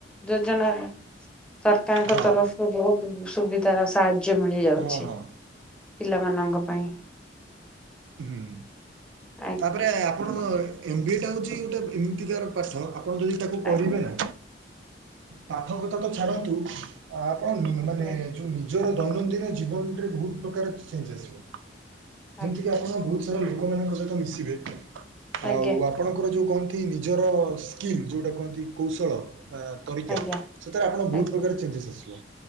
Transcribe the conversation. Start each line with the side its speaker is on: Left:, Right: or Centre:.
Centre: ଯୋଜନା ସରକାରଙ୍କ
Right: ହଁ
Centre: ତରଫରୁ ବହୁତ ସୁବିଧା ସାହାଯ୍ୟ ମିଳି ଯାଉଛି
Right: ହଁ ହଁ
Centre: ପିଲାମାନଙ୍କ ପାଇଁ
Right: ହୁଁ
Centre: ଆଜ୍ଞା
Right: ତାପରେ ଆପଣଙ୍କ ଏମ ବି ଏ ଟା ହଉଛି ଗୋଟେ ଏମିତିକା ପାଠ ଆପଣ ଯଦି ତାକୁ କରିବେ
Centre: ଆଜ୍ଞା
Right: ନା ପାଠ କଥା ତ ଛାଡନ୍ତୁ। ଆପଣ ଉ
Centre: ଆଜ୍ଞା
Right: ମାନେ ଜୁ ନିଜର ଦୈନନ୍ଦିନ ଜୀବନରେ ବହୁତ ପ୍ରକାର ଚେଞ୍ଜ ଆସିବ
Centre: ଆଜ୍ଞା
Right: ଯେମିତି କି ଆପଣ ବ ଧର ଲୋକମାନଙ୍କ ସହିତ ମିଶିବେ
Centre: ଆଜ୍ଞା
Right: ଆଉ ଆ ଆପଣଙ୍କର ଯୋଉ କହନ୍ତି ନିଜର ସ୍କିମ୍ ଯୋଉଟା କୁହନ୍ତି କୌଶଳ ବା ତରିକା,
Centre: ଆଜ୍ଞା
Right: ସେଥିରେ ଆପଣ ବହୁତ
Centre: ଆଜ୍ଞା।
Right: ପ୍ରକାର ଚେଞ୍ଜେସ୍ ଆସିବ,